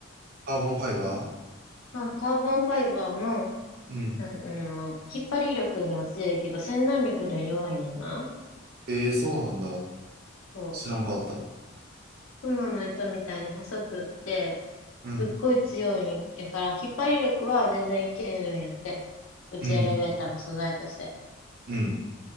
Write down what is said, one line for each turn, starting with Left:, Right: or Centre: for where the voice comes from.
Right: カーボンファイバ
Left: まあ、カーボンファイバーも、
Right: ーうん。
Left: なん、あの、引っ張り力には強いけど、洗顔力には弱いねんな。
Right: ええそうなんだ。
Left: そう。
Right: 知らんかった。
Left: 雲の糸みたいに細くって、
Right: うん、
Left: すっごい強いんやから、引っ張り力は全然いけるんやって。宇宙エレベーターの素材として。
Right: うん、うん。